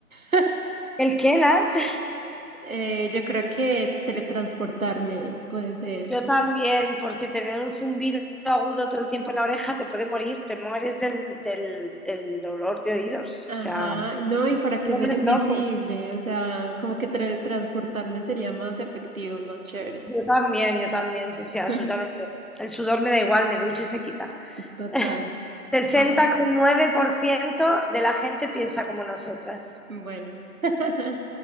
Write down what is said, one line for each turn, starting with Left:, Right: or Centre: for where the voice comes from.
Right: <laughs>
Centre: ¿El qué, Lance?
Right: Eh, yo creo que teletransportarme puede ser.
Centre: Yo también, porque tener un zumbido agudo todo el tiempo en la oreja te puede morir, te mueres del, del, del olor de oídos.
Right: Ajá,
Centre: O sea,
Right: no, ¿y para qué
Centre: no
Right: ser
Centre: eres
Right: invisible?
Centre: loco.
Right: O sea, como que teletransportarme sería más efectivo, más chévere.
Centre: Yo también, yo también, sí, sí, absolutamente.
Right: <laughs>
Centre: El sudor me da igual, me ducho y se quita.
Right: Total.
Centre: <laughs> Sesenta
Right: A ver,
Centre: coma nueve por ciento de la gente piensa como nosotras.
Right: bueno. <laughs>